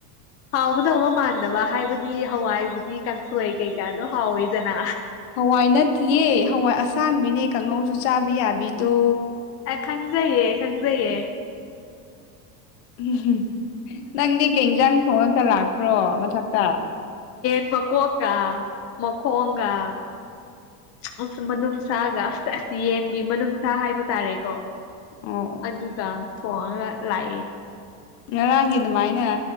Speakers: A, on the left; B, on the left.
A: ꯍꯥꯎꯒꯗꯧꯕ ꯃꯥꯟꯗꯕ ꯍꯥꯏꯕꯗꯤ ꯍꯋꯥꯏꯕꯨꯗꯤ ꯀꯥꯡꯁꯣꯏ ꯀꯩꯀꯥꯗꯣ ꯍꯥꯎꯋꯤꯗꯅ
B: ꯍꯋꯥꯏ ꯅꯠꯇꯦꯌꯦ ꯍꯋꯥꯏ ꯑꯁꯥꯡꯕꯤꯅꯦ ꯀꯥꯡꯉꯧꯁꯨ ꯆꯥꯕ ꯌꯥꯕꯤꯗꯣ
A: ꯈꯪꯖꯌꯦ ꯈꯪꯖꯌꯦ
B: ꯎ ꯅꯪꯗꯤ ꯀꯩ ꯏꯟꯁꯥꯡ ꯊꯣꯡꯉꯒ ꯂꯥꯛꯄ꯭ꯔꯣ ꯃꯊꯛꯇ
A: ꯏ ꯀꯣꯀꯥ ꯃꯀꯣꯉꯥ ꯑꯁ ꯃꯅꯨꯡꯅꯨꯡꯁꯥꯒ ꯌꯦꯟꯒꯤ ꯃꯅꯨꯡꯅꯨꯡꯁꯥ ꯍꯥꯏꯕ ꯇꯥꯔꯦꯀꯣ
B: ꯑꯣ ꯑꯣ
A: ꯑꯗꯨꯒ ꯊꯣꯡ ꯂꯥꯛꯌꯦ
B: ꯉꯔꯥꯡꯒꯤ ꯑꯗꯨꯃꯥꯏꯅ